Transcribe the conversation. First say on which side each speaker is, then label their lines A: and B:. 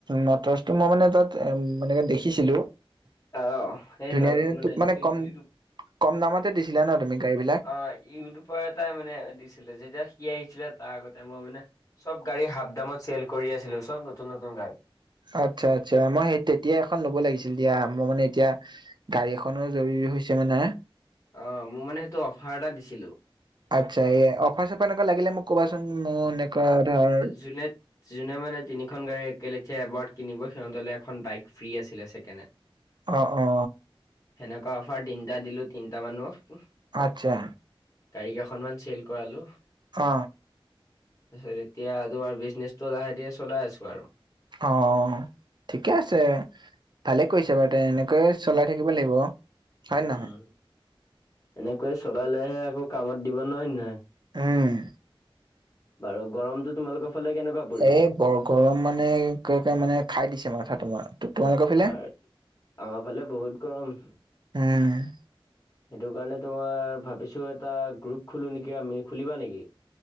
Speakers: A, on the right; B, on the left.
A: মটৰচটো মই মানে তাত এনে দেখিছিলো।
B: অ', সেই
A: ধুনীয়া
B: লগ
A: ধুনীয়া তোক মানে
B: ইউটিউব
A: কম কম দামতে দিছিলা ন তুমি গাড়ীবিলাক।
B: অ ইউটিউবাৰ এটাই মানে দিছিলে যেতিয়া সি আহিছিলে তাৰ আগতে মই মানে চব গাড়ী হাফদামত চেল কৰি আছিলো চব নতুন নতুন গাৰি।
A: আচ্ছা আচ্ছা মই সেই তেতিয়া এখন ল'ব লাগিছিল দিয়া মই মানে এতিয়া গাড়ী এখনো জৰুৰী হৈছে মানে।
B: অ মোৰ মানে সেইটো অফাৰ এটা দিছিলো।
A: আচ্ছা এই অফাৰ চফাৰ এনেকুৱা লাগিলে মোক কবাচোন মোৰ এনেকুৱা ধৰ
B: জুনে যোনে মানে তিনিখন গাড়ী একেলেঠীয়া এবাৰ কিনিব সিহঁতলে এখন বাইক ফ্ৰী আছিলে ছেকেণ্ড হেন।
A: অ অ।
B: হেনেকুৱা অফাৰ তিনিটা দিলো তিনটা মানুহক।
A: আচ্ছা।
B: গাড়ী কেইখনমান চেল কৰালো।
A: অ।
B: তাৰপিছত এতিয়া তোমাৰ বিজনেচ টো লাহে ধীৰে চলাই আছো আৰু।
A: অ অ ঠিকে আছে। ভালে কৰিছে বাৰু তে এনেকৈয় চলাই থাকিব লাগিব, হয়
B: উম
A: নহয়?
B: এনেকৈ চলালেহে আকৌ কামত দিব নহয় ন নহয়।
A: উম।
B: বাৰু গৰমতো তোমালোকৰ ফালে কেনেকুৱা? পৰিছে?
A: এই বৰ গৰম মানে, <unintelligible> মানে খাই দিছে মাথা তোমাৰ। তোমালোকৰ ফালে
B: <unintelligible> আমাৰ ফালে বহুত গৰম।
A: উম।
B: সেইটো কাৰণে তোমাৰ ভাবিছো এটা গ্ৰুপ খোলো নেকি আমি, খুলিবা নেকি?